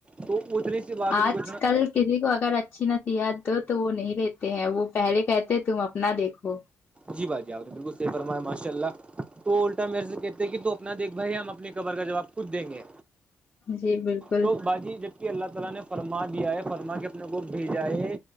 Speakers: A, on the right; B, on the left.
A: تو اتنی سی بات
B: آج
A: ان کو
B: کل کسی کو اگر اچھی نصیحت دو تو وہ نہیں لیتے ہیں وہ پہلے کہتے تم اپنا دیکھو
A: جی باجی آپ نے بالکل صحیح فرمائےمایا ماشاء اللہ تو الٹا میرے سے کہتے ہیں کہ تو اپنا دیکھ بھائی ہم اپنی قبر کا جواب خود دیں گے
B: جی بالکل
A: تو باجی کہ اللہ تعالی نے فرما دیا ہے فرما کے اپنے کو بھیجا ہے